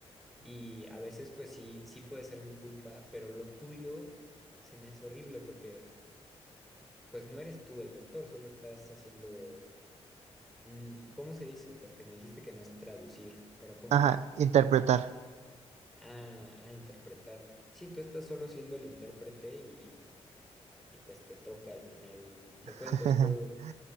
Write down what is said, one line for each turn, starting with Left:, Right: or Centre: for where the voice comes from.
Centre: y a veces pues sí, sí puede ser mi culpa, pero lo tuyo se me hace horrible porque pues no eres tú el doctor, solo estás haciendo, mm, ¿cómo se dice? Porque me dijiste que no es traducir, pero ¿cómo
Right: Ajá,
Centre: es?
Right: interpretar.
Centre: a, a interpretar. Sí, tú estás solo siendo el intérprete y, y pues te toca al final de
Right: <laughs>
Centre: cuentas, pero